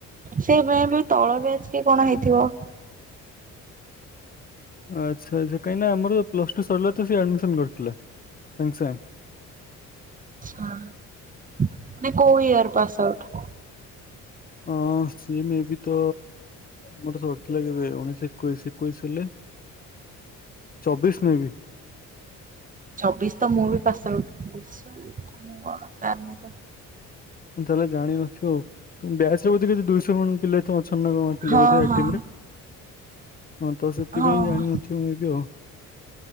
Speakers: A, on the right; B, on the left.
A: ସେ ମେ ବି ତଳ ବ୍ୟାଚ୍ କି କଣ ହେଇଥିବ?
B: ଆଚ୍ଛା ଆଚ୍ଛା କାହିଁକିନା ଆମର ପ୍ଲସ୍ ଟୁ ସରିଲା ତ ସ ଆଡମିସନ କରିଥିଲା ସାଙ୍ଗେ ସାଙ୍ଗେ।
A: ଆଚ୍ଛା ନାଇଁ କୋଉ ଇୟର ପାସ୍ ଆଉଟ୍?
B: ଆଁ ସିଏ ମେବି ତ। ମୋରତ ସରିଥିଲା କେବେ ଉଣେଇଶହ ଏକୋଇଶ ଏକୋଇଶ ହେଲେ। ଚବିଶ ମେ ବି।
A: ଛବିଶ ତ ମୁଁ ବି ପାସ ଆଉଟ ହେଇଛି <inaudible>
B: ତମେ ତାହେଲେ ଜାଣିିନଥିବି ଆଉ। ତୁମ ବ୍ୟାଚରେ ବୋଧେ ଦୁଇଶହ କଣ ପିଲା ଥ ପ୍ରଛନ୍ନ କଣ ଥିଲେ
A: ହଁ
B: ବୋଧେ ଆଇ
A: ହଁ
B: ଟି ଏମରେ। ହଁ ତ ସେଥିପାଇଁ
A: ହଁ
B: ଜାଣିନଥିବୁ
A: ହଁ।
B: ମେବି ଆଉ।